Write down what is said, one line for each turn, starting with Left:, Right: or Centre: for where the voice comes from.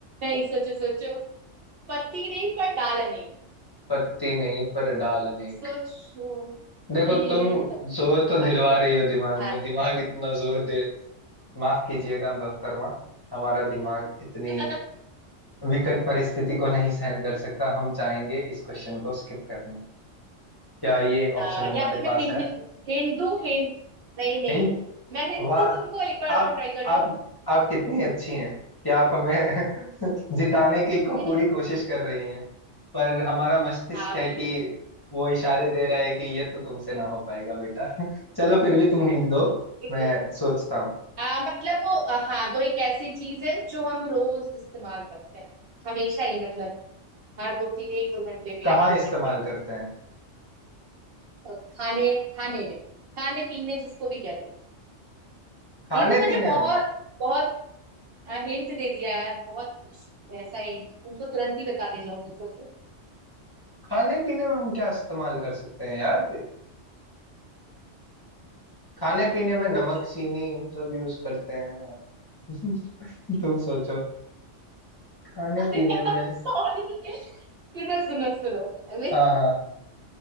Right: सोचो सोचो पत्ती नहीं पर डाल नहीं
Left: पत्ती नहीं पर डाल अनेक
Right: सोचो हम्म
Left: देखो तुम
Right: पत्ती
Left: जोर
Right: नहीं पर
Left: तो
Right: डाल
Left: दिलवा रही हो दिमाग
Right: हाँ
Left: में दिमाग इतना जोर दे माफ कीजिएगा मोहतरमा हमारा दिमाग इतनी
Right: <laughs>
Left: विकट परिस्थिति को नहीं सहन कर सकता हम चाहेंगे इस क्वेश्चन को स्किप करना क्या ये ऑप्शन
Right: आ,
Left: हमारे
Right: या फिर मैं
Left: पास
Right: हिंदू
Left: है
Right: हिंदू हिंद नहीं नहीं
Left: हिंट
Right: नहीं मैं हिंदू
Left: वाह
Right: तुमको एक बार
Left: आप
Right: और ट्राई कर
Left: आप
Right: लो
Left: आप कितनी अच्छी हैं क्या आप हमें <laughs> जिताने की को
Right: <laughs>
Left: पूरी कोशिश कर रही हैं पर हमारा मस्तिष्क
Right: हाँ
Left: है कि वो इशारे दे रहा है कि ये तो तुमसे ना हो पाएगा बेटा <laughs> चलो फिर भी तुम हिंट दो
Right: बिल्कुल
Left: मैं सोचता हूँ
Right: आ, मतलब वो आ, हाँ वो एक ऐसी चीज है जो हम रोज इस्तेमाल करते हैं हमेशा ही मतलब हर दो तीन एक दो घंटे पे
Left: कहाँ
Right: एक दो
Left: इस्तेमाल
Right: घंटे पे।
Left: करते हैं
Right: और खाने खाने में खाने पीने जिसको भी कह लो
Left: खाने
Right: ये तो मैंने
Left: पीने
Right: बहुत
Left: में
Right: बहुत हिंट दे दिया यार बहुत ऐसा हिंट तुम तो तुरंत ही बता ले जाओगे सोचो
Left: खाने पीने में हम क्या इस्तेमाल कर सकते हैं यार खाने पीने में नमक
Right: सोचो
Left: चीनी सब यूज करते हैं यार <laughs> तुम सोचो खाने
Right: अरे
Left: पीने
Right: यार सॉरी
Left: में
Right: सुनो सुनो सुनो अरे,
Left: हाँ हाँ